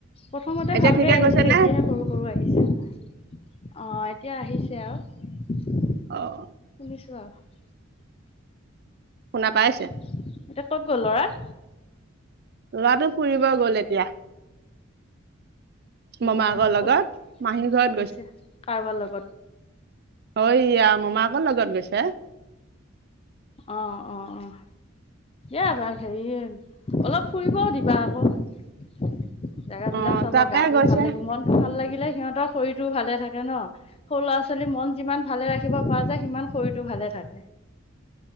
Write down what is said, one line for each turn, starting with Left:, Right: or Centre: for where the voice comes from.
Left: প্ৰথমতে
Right: এতিয়া
Left: ভালকে
Right: ঠিকে
Left: আহিছিলে,
Right: গৈছে নে?
Left: এতিয়াহে সৰু সৰু আহি অ', এতিয়া আহিছে আৰু।
Right: অ'হ।
Left: নিছোৱা <unintelligible>
Right: শুনা
Left: অ'
Right: পাইছে
Left: এতিয়া ক'ত গ'ল ল'ৰা? <inaudible>
Right: ল'ৰাটো ফুৰিব গ'ল এতিয়া মমায়েকৰ
Left: অ'
Right: লগত।
Left: ক'ত
Right: মাহীৰ ঘৰত
Left: গৈছে, কাৰোবাৰ লগত?
Right: অ' ই মামাকৰ লগত গৈছে।
Left: অ'-অ'-অ'। এবাৰ হেৰি, অলপ ফুৰিবও দিবা আকৌ। জেগাবলাক
Right: অ
Left: চাব
Right: তাকে
Left: গাটোও
Right: গৈছে
Left: ভাল লাগিব মনত ভাল লাগিলে সিহঁতৰ শৰীৰ টো ভালে থাকে ন সৰু ল'ৰা ছোৱালীৰ মন যিমান ভালে ৰাখিব পৰা যায় সিমান শৰীৰটো ভালে থাকে